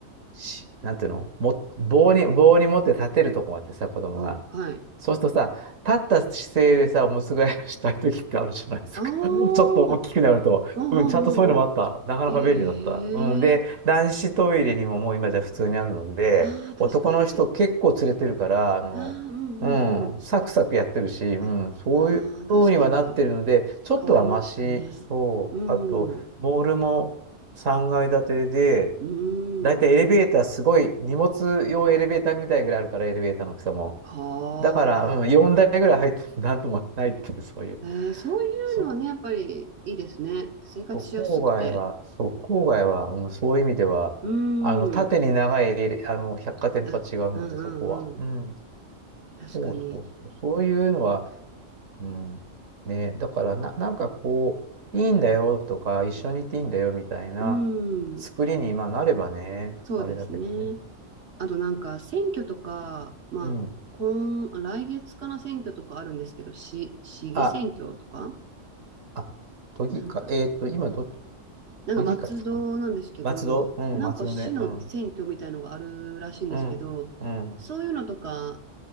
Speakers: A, on the right; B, on the right.
A: し、なんていうのも、棒に、棒に持って立てるとこがあってさ、子供が。
B: あ、はい。
A: そうするとさ、立った姿勢でさ、おむつ替えをしたい時ってあるじゃないですか。
B: ああ。おー
A: <laughs> ちょっと大きくなると、
B: おーおーお
A: うん、ちゃんとそういうのもあった。なかなか便利だった。
B: ー。へえ。
A: うん、で、男子トイレにももう今じゃ普通にあるので、
B: うん。ああ、確かに。
A: 男の人結構連れてるから、あの、
B: ああ、うんうんうんうん
A: うん、サクサクやってるし、うん、
B: おーうんあ、
A: そういう風にはなってるので、
B: ああ、確かに。
A: ちょっとはマシ、
B: 変わりましたね。
A: そう。
B: う
A: あと、
B: ん。
A: モールも3階建てで、
B: うん。
A: だいたいエレベーターすごい、荷物用エレベーターみたいぐらいあるから、エレベーターの大きさも。
B: はあ。
A: だから、うん、4台ぐらい入ってもなんともないっていう、そういう。
B: えーそういうのはね、
A: そう、
B: やっぱりいいですね。生活しやすくて。
A: そう郊外は、そう、郊外は、うん、そういう意味では、
B: うん。
A: あの、縦に長い、あの、百貨店とは違うので、
B: あ、うんうんうん。
A: そこは。うん。
B: 確かに。
A: そうそうそう。そういうのは、うん。ね、だからな、なんかこう、いいんだよとか、一緒にいていいんだよみたいな
B: うん。
A: 作りに、まあ、なればね、
B: そうですね。
A: あれだけどね。
B: あとなんか選挙とか、まあ、
A: うん。
B: 今、来月かな選挙とかあるんですけど、市、市議選挙とか、
A: あ、あ、都議会、
B: なんか、
A: えっと、今ど、
B: なんか松戸なんですけど、
A: 都議会かな松戸うん、
B: なんか市の選挙みたいのがあるらしいんですけど、
A: 松戸ね。うん。うん、うん、
B: そういうのとか